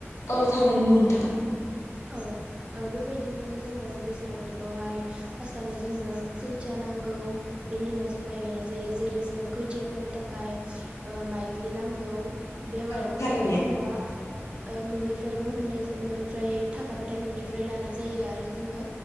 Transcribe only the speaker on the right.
औ ओ बेबायदिनो जोङो दैज्लां बोथोरावहाय फार्स्टआवनो जोंनो खैथिया नांगौ बेनि उनाव जों माइ गायनाय जायो। जेरै जोङो खैथिया फोनो थाखाय ओ माइग्लि नांगौ। बे माग्लिखौहाय
जोङो ओ न'निफ्रायबो मोननाय न'नि फ्राय थाखाफाथाय न'निफ्राय लानाय जायो आरो जोङो।